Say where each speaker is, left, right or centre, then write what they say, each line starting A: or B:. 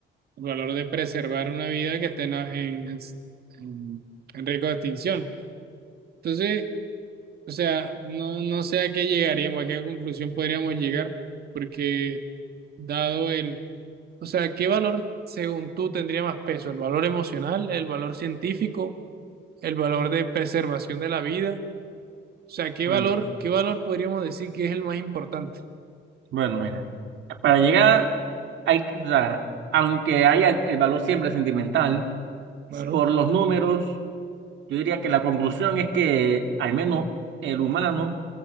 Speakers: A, on the right (about 55°); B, on the right (about 75°).
A: el valor de preservar una vida que esté en, en, en- en riesgo de extinción. Entonces, o sea, no, no sé a qué llegaríamos, a qué conclusión podríamos llegar, porque dado el, o sea, ¿qué valor según tú tendría más peso? ¿El valor emocional, el valor científico, el valor de preservación de la vida? O sea, ¿qué
B: bueno
A: valor, qué valor podríamos decir que es el más importante?
B: Bueno, mira, para llegar, hay, que- o sea, aunque haya el valor siempre sentimental,
A: Claro.
B: por los números, yo diría que la conclusión es que al menos el humano,